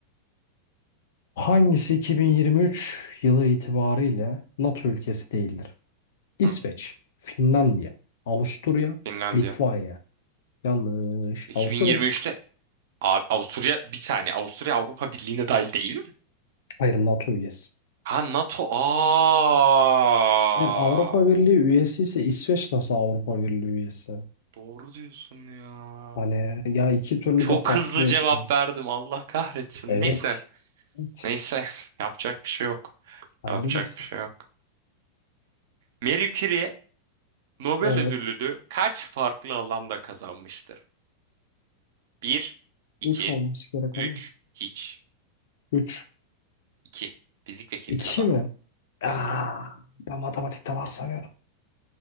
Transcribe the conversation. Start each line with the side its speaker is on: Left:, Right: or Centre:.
Left: Hangisi 2023 yılı itibariyle NATO ülkesi değildir? İsveç,
Right: Hı.
Left: Finlandiya, Avusturya,
Right: Finlandiya.
Left: Litvanya. Yanlış.
Right: 2023'te
Left: Avusturya.
Right: Abi, Avusturya bir saniye. Avusturya Avrupa Birliği'ne dahil değil mi?
Left: Hayır NATO üyesi.
Right: Ha NATO. Aa,
Left: Hayır Avrupa Birliği üyesi ise İsveç nasıl Avrupa Birliği üyesi?
Right: doğru diyorsun ya.
Left: Hani ya iki türlü
Right: Çok
Left: de patlıyorsun.
Right: hızlı cevap verdim. Allah kahretsin.
Left: Evet.
Right: Neyse.
Left: Evet.
Right: Neyse. <laughs> Yapacak bir şey yok.
Left: Sen
Right: Yapacak
Left: bilirsin.
Right: bir şey yok. Marie Curie Nobel
Left: Evet.
Right: ödülünü kaç farklı alanda kazanmıştır? Bir, 2,
Left: Üç olması gerek
Right: 3,
Left: ama.
Right: hiç.
Left: 3.
Right: iki. Fizik ve kimyada.
Left: 2 mi? Aa,
Right: Hmm,
Left: ben matematikte var sanıyorum.